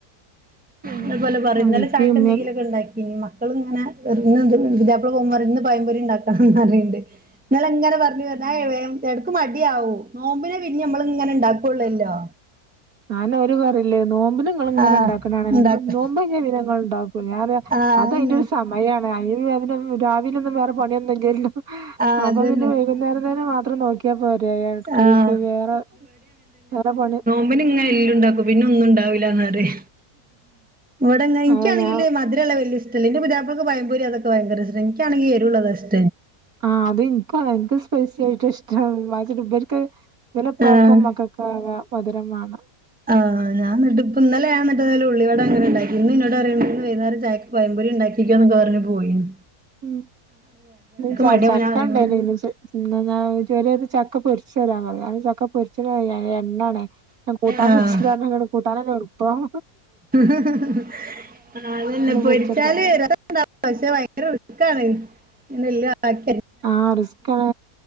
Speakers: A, on the right; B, in the centre.
A: പിന്നെ
B: അത് പോലെ പറിം ഇന്നലെ
A: ഇപ്പിം
B: ചായയ്ക്ക
A: ഇമ്മിം
B: എന്തെങ്കിലിമോക്കെ ബണ്ടാക്കിനി ബമ്മ മക്കള് ഇങ്ങനെ എ ഇതപ്പന്ന് പുത്യാപ്ല പോവുമ്പം പറിം ഇന്ന് ഭയംപൊര ഇണ്ടാക്കണംന്ന് അറിണ്ട് ഇന്നെലെ ഇങ്ങനെ പറഞ്ഞുഞ്ഞ എടക്ക് മടിയാവൂ. നോമ്പിനെ പിഞ് നമ്മള ഇങ്ങനെ ഇണ്ടാക്കൊള്ളല്ലോ
A: ഞാന ഒരുര് പറയില്ലേ നോമ്പിന് ഇങ്ങള് ഇങ്ങനെ
B: ആഹ്
A: ഇണ്ടാക്ക്ന്നാണ.
B: ഇണ്ടാക്ക
A: നിങ്ങളും നോമ്പഴി ജീവിനങ്ങൾ ഉണ്ടാക്കൂഞ
B: ആഹ്
A: അത്
B: അതന്നെ
A: അയ്ന്റെ ഒരു സമയാണ് അ രാവിലൊന്നും വേറെ പണിയ ല്ല
B: ആഹ്
A: അപ്പൊ
B: അതന്നെ
A: പിന്നെ വൈകുന്നേരം തേന്നെ മാത്രം നോക്കി പോരാ കിളിക്ക്
B: ആഹ്
A: വേറെ വേറെ പണി
B: ഇ ബെന്
A: ഉം.
B: എല്ലു ഉണ്ടാക്കും. പിന്നെ ഒന്നും ഉണ്ടാവില്ലന്നാണറ്യെ. ഇവിടെ ഇൻക്ക്യാണെങ്ക
A: അപ്പൊ ഞാൻ
B: മധിരയുള്ള വല്യുഇ്ടംല്ല. ഇന്റെ പുത്യാപ്ലക്കൾക്ക് പഴമ്പൊരി അതൊക്കെ ഭയങ്കര ഇഷ്ട ഇൻണെങ്കി എരുള്ളത് അസ്-
A: ആഹ് അതും ഇൻക്ക്‌ എന്ക്ക്‌ സ്പൈസി ആയിട്ട് ഇഷ്ട <unintelligible> വര്ക്ക്‌ പ്പാക്കും,
B: ആഹ്
A: മക്ക <unintelligible> മധുരമാണ്.
B: ആ ഞാൻ ഇന്നട്ട് ഇന്നലെ ഞാൻ മറ്റേ <unintelligible> ല ഉള്ളി വട അങ്ങനെ ഇണ്ടാക്കി ഇന്ന് ഇന്നോട് അറിയ ഇന്ന് വൈന്നാര ചായ് പയമ്പൊരി ഇണ്ടാക്കിക്കുക്ക്യോ ന്ന് ക്കെ പറഞ്ഞ് പോയിന്ന്
A: ഉം ഇ
B: മടിയാവുമ്പം
A: ചക്ക
B: ഞാൻ പറിം
A: ഉണ്ടയ്ല്ല
B: ഇന്നോട്
A: ഇന്ന് ഞാൻ ജോലിയൊക്. ചക്ക പൊരിച്ച് തരാൻ പറഞ്ഞു അന്ന് ചക്ക പൊരിച്ച എണ്ണാണേ ഞാൻ കൂട്ടാൻ
B: ആഹ്.
A: വെച്ചിട്ടങ്ങ കൂട്ടാന തന്നെ എറപ്പം
B: <unintelligible> പൊരില്
A: പൊരിച്ചെടുക്കണ്ടേ
B: പക്ഷെ ഭയങ്കര ഉഴുക്കാണ്. എല്ല ആക്ക
A: ആഹ് റിസ്ക്കാണ